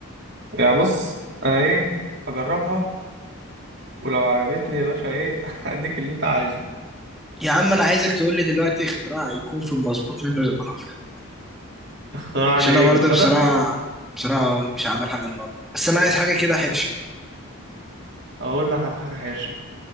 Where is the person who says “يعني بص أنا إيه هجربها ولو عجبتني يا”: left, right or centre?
Right